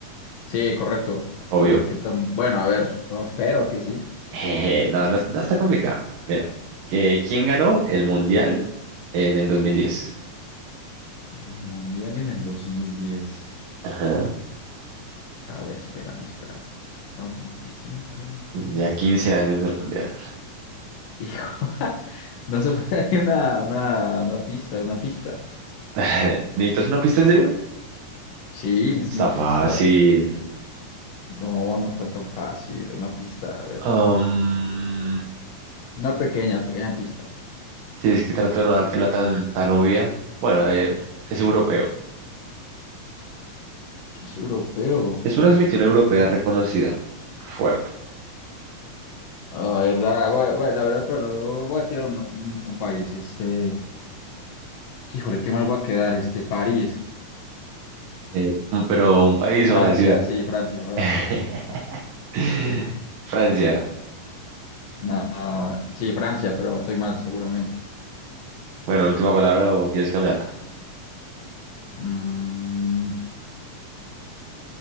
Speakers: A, on the left (about 70°); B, on the right (about 80°).
A: Sí, correcto.
B: Obvio.
A: A ver qué tan... Bueno, a ver, no, espero que sí.
B: Jeje, no, no, no está complicado. Mira, que ¿quién ganó el mundial en el 2010?
A: El Mundial en el 2010.
B: Ajá.
A: A ver, espérame, espérame. Estamos 25, 10.
B: Ya 15 años del mundial.
A: Hijo, <laughs> no se puede, hay una, una, una pista, una pista.
B: <laughs> ¿Necesitas una pista en serio?
A: Sí, es
B: Está
A: una
B: fácil.
A: pista. No, no está tan fácil. Una pista, a ver.
B: Am,
A: Una pequeña, pequeña pista.
B: si es que trato de no dártela tan, tan obvia. Bueno, eh, es europeo.
A: Es europeo.
B: Es una selección europea reconocida. fuerte.
A: La verdad, voy- voy- la verdad, pero no voy a tirar un, un- un país. Este, que, híjole, qué mal voy a quedar. Este, París,
B: Eh, un- pero un país
A: Francia,
B: o una ciudad.
A: sí, Francia, Francia.
B: <laughs>
A: <laughs>
B: Francia.
A: nada sí, Francia, pero estoy mal, seguramente.
B: Bueno, última palabra o quieres cambiarla.
A: Mm,